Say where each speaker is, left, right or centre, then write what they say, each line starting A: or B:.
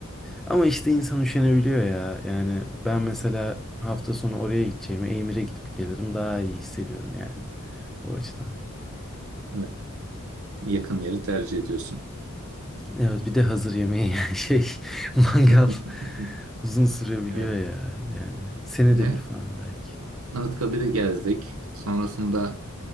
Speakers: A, in the centre; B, on the right (about 80°).
A: Ama işte insan üşenebiliyor ya. Yani ben mesela hafta sonu oraya gideceğime Emir'e gidip gelirim daha iyi hissediyorum yani o açıdan.
B: Evet. Yakın yeri tercih ediyorsun.
A: Evet bir de hazır yemeği <laughs> yani şey mangal
B: <laughs>
A: uzun sürebiliyor
B: Evet.
A: ya yani senede
B: E,
A: bir falan belki.
B: Anıtkabir'i gezdik. Sonrasında